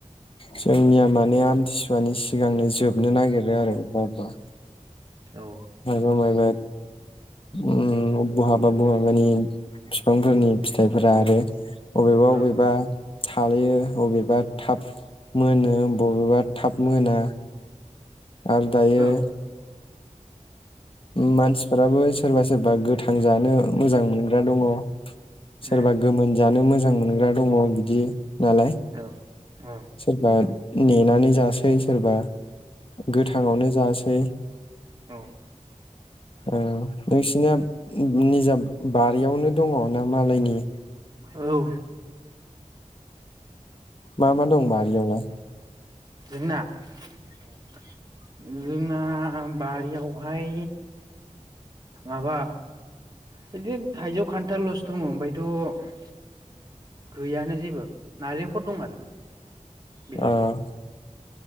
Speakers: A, on the left; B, on the right.
A: जोंनिया माने आमथिसुवानि सिगांनो जोबनो नागिरो आरो अबबा
B: औ
A: माइबा माइबायद उम बहाबा बहाबानि बिफांफोरनि फिथाइफोरा आरो अबेबा-अबेबा
B: ओं
A: थालायो अबेबा थाब मोनो बबेबा थाब मोना आरो दायो
B: औ
A: मानसिफोराबो सोरबा-सोरबा गोथां जानो मोजां मोनग्रा दंङ
B: उम
A: सोरबा गोमोन जानो मोजां जां मोनग्रा दंङ बिदि नालाय
B: औ औ
A: सोरबा नेनानै जासै सोरबा गोथाङावनो जासै
B: औ
A: ओ नोंसिना निजा बारियावनो दंङ ना मालायनि
B: औ <inaudible>
A: मा-मा दं बारिआवलाय?
B: जोंना? <inaudible> जोंना बारिआवहाय माबा जदि थाइजौ खान थाल'सो दङ ओमफायथ' गैयानो जेबो नारेंखल दं आरो बेेल'
A: ओ
B: औ